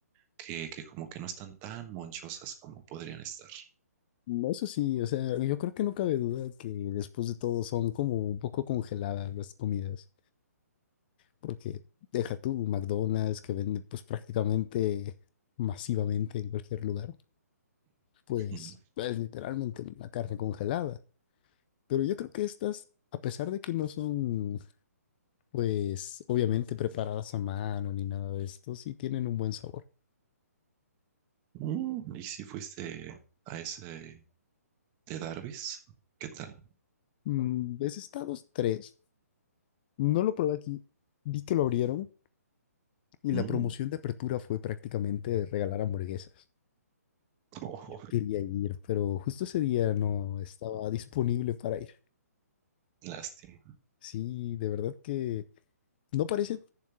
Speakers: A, on the right; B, on the left.
A: que, que como que no están tan monchosas como podrían estar.
B: No, Eso sí, o sea, yo creo que no cabe duda que después de todo son como un poco congeladas las comidas. Porque deja tú McDonald's que vende pues prácticamente masivamente en cualquier lugar, pues
A: <laughs>
B: es literalmente una carne congelada. Pero yo creo que estas, a pesar de que no son pues obviamente preparadas a mano ni nada de esto, sí tienen un buen sabor.
A: Mm, ¿Y si fuiste a ese de Darby's? ¿Qué tal?
B: Mm, ese Estados 3 no lo probé aquí, vi que lo abrieron y la
A: Mm,
B: promoción de apertura fue prácticamente regalar hamburguesas.
A: oh,
B: Quería ir, pero justo ese día no estaba disponible para ir.
A: lástima.
B: Sí, de verdad que no parecen,